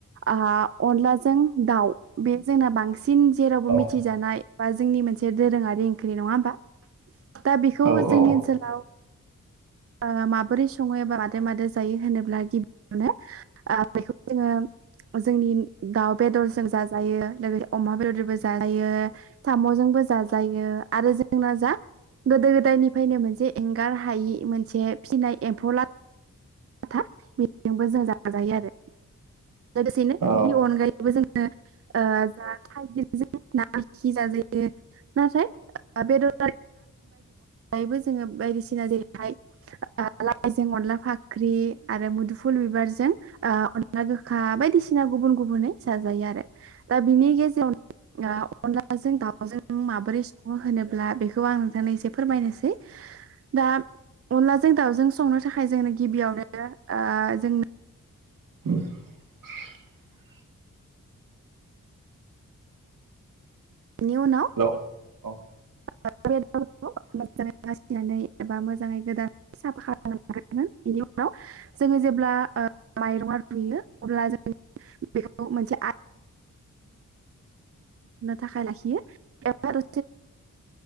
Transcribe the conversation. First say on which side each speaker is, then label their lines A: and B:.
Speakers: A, on the right (about 45°); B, on the right (about 75°).
A: ओ अनला जों दाउ बे जोंना बांसिन जेरावबो
B: औ
A: मिथिजानाय बा जोंनि मोन से दोरोङारि ओंख्रि नङा होमबा। दा बेखौ
B: औ
A: जोंनि
B: औ
A: ओनसोलाव ओ माबोरै सङो एबा मादो मादो जायो होनोब्ला गि बियाव बेखौ जोङो जोंनि दाउ बेदरजों जाजायो लोगो अमा जों जायो थाम'जोंबो जाजायो आरो जोंना जा गोदो गोदायनिफ्रायनो मोनसे एंगार हायि मोन से फिसिनाय एम्फौ ला था बेजोबो जों जाजायो आरो लोगोसेनो
B: औ
A: बिनि अनगायैबो जों ओ जा थाइगिरजों ना ओंखि जाजायो ना थाय बेदर <unintelligible> जोङो बायदिसिना जेरैहाय लाइजों अनला फा ख्रि आरो मुदुफुल बिबारजों ओ अनला गोखा बायदिसिना गुबुन गुबुनै जाजा यो आरो दा बिनि गेजेरावनो अलाजों दाव जों माबोरै सङो होनोब्ला बेखौ आं नोंथांनो एसे फोरमायनोसै दा अनलाजों दाउजों संनो थाखाय जोंनो गिबियावनो ओ जों
B: <inaudible>
A: बेनि उनाव
B: हेलौ अ
A: <unintelligible> बासिनानै एबा मोजाङै गोदान साफा <inaudible> बिनि उनाव जोङो जेब्ला ओ माइरंआ रुयो अब्ला जों बेखौ मोनसे <inaudible> थाखाय लाखियो ओ